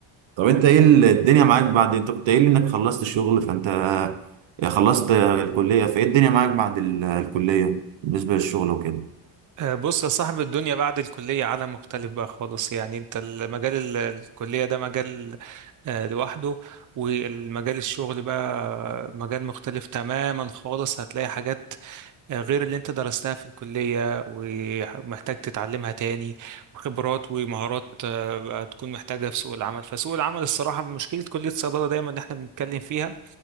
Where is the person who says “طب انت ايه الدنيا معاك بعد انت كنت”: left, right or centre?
Right